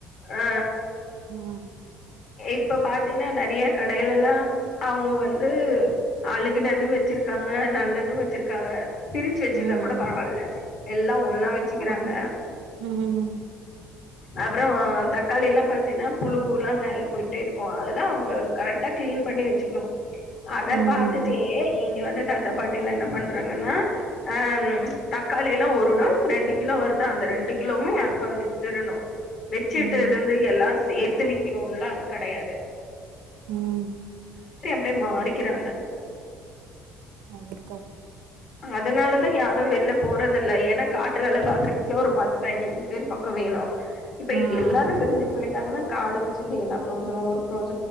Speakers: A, on the left (about 50°); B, on the right (about 90°).
A: ஆ
B: ம்
A: இப்ப பாத்தினா நெறைய கடைலல்லா அவுங்க வந்து அழுகினது வெச்சிருக்காங்க நல்லதும் வெச்சிருக்காங்க பிரிச்சு வச்சிருந்தா
B: ம்
A: கூட பரவால்ல எல்லா ஒன்னா வச்சிக்குறாங்க
B: ம்
A: அப்றோ தக்காளி எல்லா பாத்திங்னா புழுவுலா மேல போய்ட்டே இருக்கு அதெல்லா அவங்க கரெக்ட்டா கிளீன் பண்ணி வச்சுக்ணு அத
B: ம்
A: பாத்துட்டே இங்க வந்து தாத்தா பாட்டிலா என்ன பண்றாங்கன்னா அ தக்காளியல்லா ஒரு நாள்க்கு ரெண்டு கிலோ வருதா அந்த ரெண்டு கிலோவுமே யாருக்காது வித்துருனு வெச்சுட்டு
B: ம்
A: இருந்து எல்லா சே த்து விக்கினுன்ல்லா கடயாது
B: ம்
A: டே மாறிக்கிறாங்க
B: அழுக்கா இருக்கு
A: அதுனாலதா யாரு வெள்ல போறதில்ல ஏன்னா காட்டு வேல பாக்குறத்க்கே ஒரு பத்து பதினஞ்சு பேர் பக்கொ வேணு இப்ப
B: ம்
A: எல்லாரு பிரிஞ்சு போயிட் டாங்னா காடு வச்சிருந்து என்னா ப்ரோஜனொ ஒரு ப்ரோஜ்